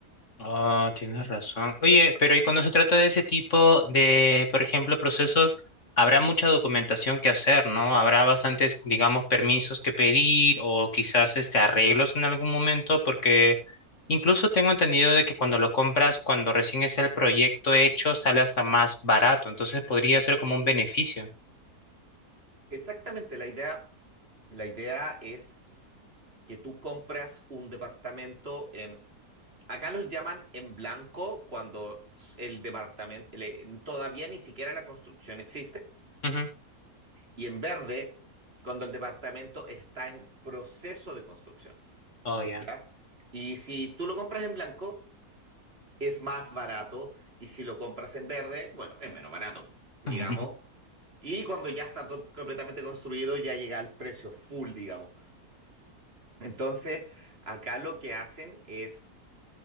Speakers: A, on the left; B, on the right.
A: Ah, tienes razón. Oye, pero y cuando se trata de ese tipo de, por ejemplo, procesos, habrá mucha documentación que hacer, ¿no? Habrá bastantes, digamos, permisos que pedir o quizás este arreglos en algún momento, porque incluso tengo entendido de que cuando lo compras, cuando recién está el proyecto hecho, sale hasta más barato, entonces podría ser como un beneficio.
B: Exactamente, la idea, la idea es que tú compras un departamento en... Acá los llaman en blanco cuando el departamento, el- todavía ni siquiera la construcción existe,
A: Ujú.
B: y en verde cuando el departamento está en proceso de construcción,
A: Oh, ya.
B: ¿ya? Y si tú lo compras en blanco, es más barato, y si lo compras en verde, bueno, es menos barato, digamos.
A: <laughs>
B: Y cuando ya está to- completamente construido, ya llega al precio full, digamos. Entonces, acá lo que hacen es